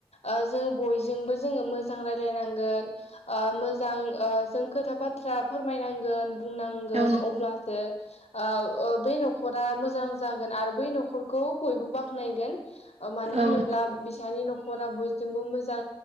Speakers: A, on the left (about 80°); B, on the right (about 75°).
A: ओ जों बयजोंबो जोङो मोजां रायजलायनांगोन ओ मोजां ओ जों खोथा बाथ्रा फोरमायनांगोन बुंनांगोन
B: औ नंगौ
A: अब्लासो आ ओ बे न'खरा मोजां जागोन आरो बै न'खरखौ बयबो बाख'नायगोन मानो होनोब्ला
B: औ
A: बिसानि न'ख नखरा बयजोंबो मोजां